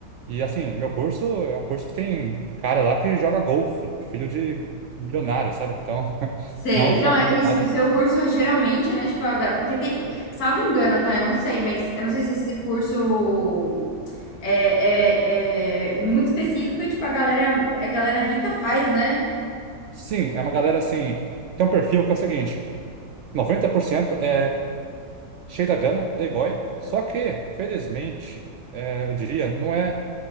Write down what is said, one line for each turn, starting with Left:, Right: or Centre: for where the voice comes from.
Right: e assim, meu curso é um curso que tem cara lá que joga golfe, filho de milionário, sabe? Então, <laughs>
Left: Sei.
Right: é um
Left: Não,
Right: choque
Left: é-
Right: de realidade
Left: e o seu curso geralmente, né? Tipo, a ga- porque tem, salvo engano, tá? Eu não sei, mas eu não sei se esse curso é, é, é muito específico e, tipo, a galera, a galera rica faz, né?
Right: Sim, é uma galera assim. Tem um perfil que é o seguinte: 90% é cheio da grana, playboy, só que, felizmente, é, eu diria, não é.